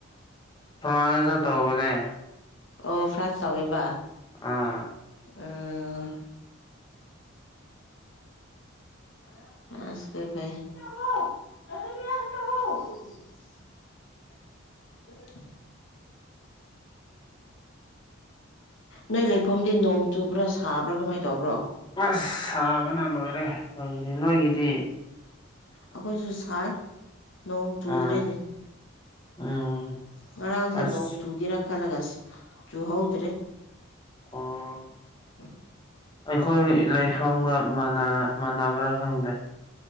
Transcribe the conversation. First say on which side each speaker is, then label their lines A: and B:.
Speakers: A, on the left (about 20°); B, on the left (about 65°).
A: ꯐ꯭ꯔꯥꯟꯁꯇ ꯇꯧꯕꯅꯦ
B: ꯑꯣ ꯐ꯭ꯔꯥꯟꯁ ꯇꯧꯋꯦꯕ
A: ꯑꯥ
B: ꯑꯥ <unintelligible> <inaudible> ꯅꯣꯏ ꯂꯩꯐꯝꯗꯤ ꯅꯣꯡ ꯆꯨꯕ꯭ꯔꯥ ꯁꯥꯕ꯭ꯔꯥ ꯀꯃꯥꯏꯅ ꯇꯧꯕ꯭ꯔꯣ
A: ꯑꯁ ꯁꯥꯕꯅ ꯂꯣꯏꯔꯦ ꯑꯩꯏꯒꯤꯗꯤ ꯅꯣꯏꯒꯤꯗꯤ
B: ꯑꯩꯈꯣꯏꯁꯨ ꯁꯥꯏ ꯅꯣꯡ ꯆꯨꯗ꯭ꯔꯦꯅꯦ
A: ꯑꯥ ꯎꯝ
B: ꯉꯔꯥꯡꯁꯦ
A: ꯑꯁ
B: ꯅꯣꯡ ꯆꯨꯒꯦꯔ ꯈꯜꯂꯒ ꯆꯨ ꯍꯧꯗ꯭ꯔꯦ
A: ꯑꯣ
B: <inaudible>
A: ꯑꯩꯈꯣꯏ ꯂꯩꯐꯝꯒ ꯃꯥꯟꯅ ꯃꯥꯟꯅꯕ꯭ꯔꯥ ꯈꯪꯗꯦ